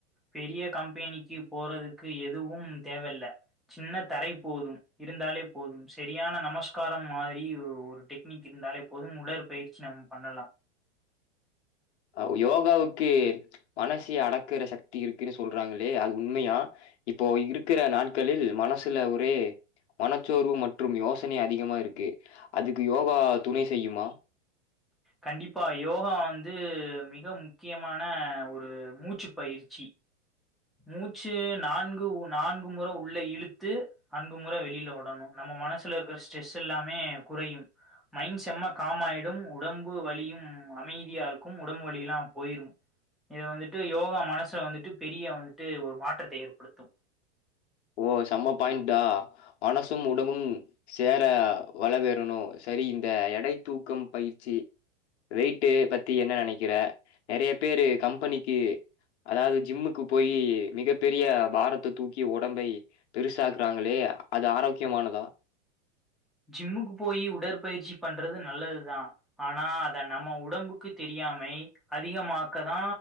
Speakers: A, in the centre; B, on the left (about 65°).
A: பெரிய கம்பெனிக்கி போறதுக்கு எதுவும் தேவயில்ல சின்ன தரை போதும் இருந்தாலே போதும் சரியான நமஸ்காரம் மாரி ஒரு டெக் னிக் இருந்தாலே போதும் உடற்பயிற்சி நம் பண்ணலா
B: ஆ யோகாவுக்கு மனசை அடக்குற சக்தி இருக்குன்னு சொல் றாங்களே அது உண்மையா இப்போ இருக்கிற நாட்களில் மனசுல ஒரே மனச்சோர்வு மற்றும் யோசனை அதிகமா இருக்கு அதுக்கு யோகா துணை செய்யுமா
A: கண்டிப்பா யோகா வந்து மிக முக்கியமான ஒரு மூச்சு பயிற்சி மூச்சு நான்கு உ நான்கு முற உள்ள இழுத்து நான்கு முற வெளியில விடணு நம்ம மனசுல இருக்கிற ஸ்ட்ரெஸ் எல்லாமே குறையும் மைண்ட் செம்ம காம்மாய்டும் உடம்பு வலியும் அமைதியா இருக்கும் உடம்பு வலிலா போய்ரும் இத வந்துட்டு யோகா மனச வந்துட்டு பெரிய வந்துட்டு ஒரு மாற்றத்தை ஏற்படுத்தும்
B: ஓ செம்ம பாயிண்டா மனசும் உடம்பும் சேர வளவேறணு செரி இந்த எடை தூக்கம் பயிற்சி வெயிட்டு பத்தி என்ன நெனைக்கிற நெறைய பேரு கம்பெனிக்கு அதாவது ஜிம்முக்கு போய் மிகப் பெரிய பாரத்த தூக்கி ஒட் உடம்பை பெருசாக்குறாங்களே அது ஆரோக்கியமானதா
A: ஜிம்முக்கு போய் உடற்பயிற்சி பண்றது நல்லது தா ஆனா அத நம்ம உடம்புக்கு தெரியாமை அதிகமாக்கதா